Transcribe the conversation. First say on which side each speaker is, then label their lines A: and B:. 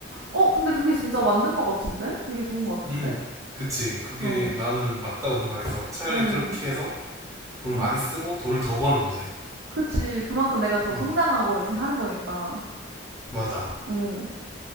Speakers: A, on the right; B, on the right.
A: 어, 근데 그게 진짜 맞는 것 같은데? 되게 좋은 것 같은데?
B: 음, 그치. 그게
A: 어,
B: 나는 맞다고 생각해서 차라리
A: 어,
B: 그렇게 해서 돈을
A: 응.
B: 많이 쓰고 돈을 더 버는 거지.
A: 그렇지. 그만큼 내가 더
B: 음,
A: 성장하고 이렇게 하는 거니까.
B: 맞아.
A: 어,